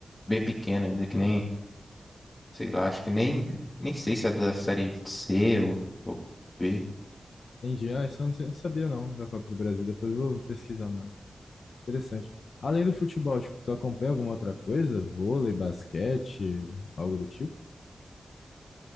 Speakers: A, on the left; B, on the left.
A: bem pequeno ainda, que nem, sei lá, acho que nem nem sei se é da série C ou, ou B.
B: Entendi. Ah, isso eu não, sei- eu não sabia não da Copa do Brasil. Depois eu vou pesquisar mais. Interessante. Além do futebol, tipo, tu acompanha alguma outra coisa? Vôlei, basquete, algo do tipo?